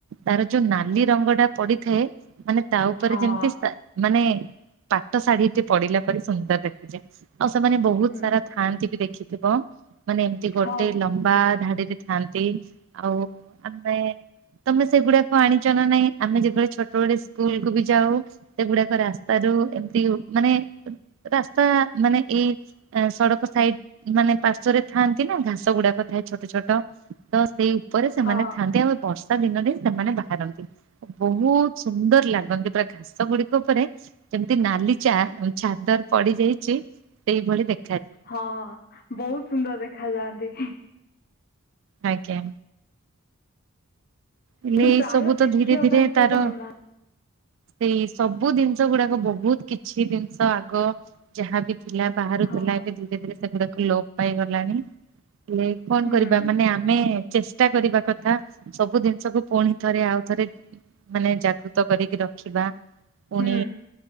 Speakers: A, on the right; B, on the left.
A: ତାର ଯୋଉ ନାଲି ରଙ୍ଗଟା ପଡିଥାଏ। ମାନେ ତା ଉପରେ
B: ହଁ
A: ଯେମତି ସା ମାନେ ପାଟ ଶାଢୀଟେ ପଡିଲା ପରି ସୁନ୍ଦର ଦେଖାଯାଏ। ଆଉ ସେମାନେ ବହୁତ
B: ହୁଁ
A: ସାରା ଥାଆନ୍ତି ବି ଦେଖିଥିବ। ମାନେ ଏମିତି ଗୋଟେ
B: ହଁ
A: ଲମ୍ବା ଧାଡିରେ ଥାନ୍ତି ଆଉ ଆମେ ତମେ ସେଗୁଡାକ ଆଣିଛ ନା ନାଇଁ? ଆମେ ଯେତେବେଳେ ଛୋଟ ବେଳେ ସ୍କୁଲକୁ ବି ଯାଉ ସେଗୁଡାକରେ ଆସ୍ ସ୍ତାରୁ ଏମିତି ମାନେ ରାସ୍ତା ମାନେ ଏଇ ସଡକ ସାଇଡ ମାନେ ପାର୍ଶ୍ୱରେ ଥାଆନ୍ତି ନା। ଘାସ ଗୁଡାକ ଥାଏ ଛୋଟ ଛୋଟ। ତ ସେଇ ଉପରେ ସେମାନେ
B: ହଁ
A: ଥାଆନ୍ତି। ଆଉ ଏ ବର୍ଷ ଷା ଦିନରେ ସେମାନେ ବାହାରନ୍ତି। ବହୁତ ସୁନ୍ଦର ଲାଗନ୍ତି ପୁରା ଘାସ ଗୁଡିକ ଉପରେ। ଯେମିତି ନାଲି ଚା ଛାଦର ପଡି ଯାଇଛି। ସେଇଭଳି ଦେଖ
B: ହଁ ବହୁତ ସୁନ୍ଦର ଦେଖା ଯାଆନ୍ତି।
A: ଆଜ୍ଞା। ହେଲେ
B: ଏବେ
A: ଏଇ
B: ପ୍ରାୟ
A: ସବୁ ତ
B: ଦେଖିବା
A: ଧୀରେ ଧୀରେ
B: ପାଇଁ କିଏ
A: ତାର
B: ମିଳୁନାହାନ୍ତି
A: ସେଇ ସବୁ ଜିନିଷ ଗୁଡାକ ବହୁତ କିଛି ଜିନିଷ ଆଗ ଯାହାବି ଥିଲା। ବାହାରୁଥିଲା
B: ହଁ
A: ଏବେ ଧୀରେ ଧୀରେ ସେଗୁଡାକୁ ଲୋପ ପାଇଗଲାଣି। ହେଲେ କଣ
B: ହୁଁ
A: କରିବା? ମାନେ ଆମେ ଚେଷ୍ଟା କରିବା କଥା। ସବୁ ସବୁ ଜିନିଷକୁ ପୁଣି ଥରେ ଆଉ ଥରେ ମାନେ ଜାଗୃତ କରିକି ରଖିବା। ପୁଣି
B: ହୁଁ